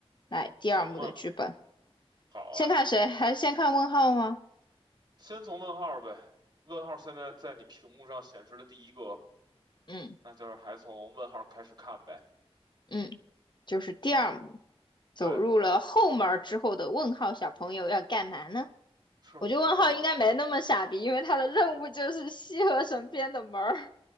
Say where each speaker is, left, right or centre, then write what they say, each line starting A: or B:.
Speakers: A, on the left (about 45°); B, on the right (about 45°).
A: 来第二幕的剧本。
B: 行啊，好啊，
A: 先看谁？还是先看问号吗？
B: 先从问号儿呗。问号儿现在在你屏幕上显示的第一个，
A: 嗯
B: 那就是还从问号儿开始看呗。
A: 嗯，就是第二幕，走入了后门儿之后的问号小朋友要干嘛呢？
B: 对，是，
A: 我觉得问号应该没那么傻逼，
B: 我也很，
A: 因为他的任务就是西河神边的门儿，